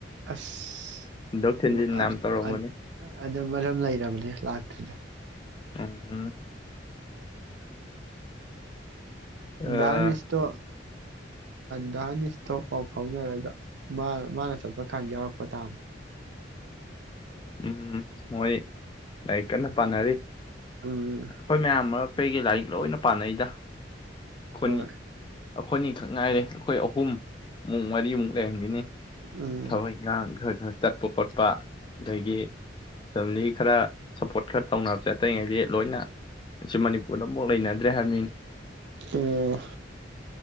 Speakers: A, on the right (about 70°); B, on the left (about 25°).
A: ꯑꯁ
B: ꯊꯤꯟꯗꯣꯛ ꯊꯤꯟꯖꯤꯟ
A: ꯎ ꯑꯗꯨ
B: ꯌꯥꯝ ꯇꯧꯔꯝꯕꯅꯤ
A: ꯑꯗꯨ ꯑꯗꯨ ꯃꯔꯝ ꯂꯩꯔꯕꯅꯦ ꯂꯥꯛꯇ꯭ꯔꯤꯗꯣ
B: ꯎꯝ ꯑꯥ
A: ꯗꯥ ꯅꯤꯁꯇꫭ ꯗꯥ ꯍꯅꯤꯁꯇꯣ ꯄꯥꯎ ꯐꯥꯎꯅꯔꯒ ꯃꯥ ꯃꯥꯅ ꯆꯠꯄ ꯀꯜ ꯌꯥꯎꯔꯛꯄ ꯇꯥꯕ
B: ꯎꯝ ꯃꯣꯏ ꯂꯥꯏꯔꯤꯛ ꯀꯟꯅ ꯄꯥꯅꯔꯤ
A: ꯎꯝ
B: ꯑꯩꯈꯣꯏ ꯃꯌꯥꯝ ꯃꯔꯛ ꯑꯇꯩꯗꯤ ꯂꯥꯏꯔꯤꯛ ꯂꯣꯏꯅ ꯄꯥꯅꯩꯗ ꯈꯨꯟ
A: ꯍꯣꯏ
B: ꯑꯩꯈꯣꯏꯅꯤꯈꯛ ꯉꯥꯏꯔꯦ ꯑꯩꯈꯣꯏ ꯑꯍꯨꯝ ꯃꯨꯛ ꯃꯔꯤꯃꯨꯛ ꯂꯩꯔꯝꯒꯅꯤ
A: ꯎꯝ
B: ꯊꯕꯛ ꯏꯈꯥꯡ ꯈꯔ ꯆꯠꯄ ꯈꯣꯠꯄ ꯑꯗꯒꯤ ꯐꯦꯃꯤꯂꯤ ꯈꯔ ꯁꯞꯄꯣꯔꯠ ꯈꯔ ꯇꯧꯅꯕꯦ ꯑꯇꯩꯉꯩꯗꯤ ꯂꯣꯏꯅ ꯑꯁꯤ ꯃꯅꯤꯄꯨꯔꯗ ꯑꯝꯕꯧ ꯂꯩꯅꯗ꯭ꯔꯦ ꯍꯥꯏꯕꯅꯤ
A: ꯑꯣ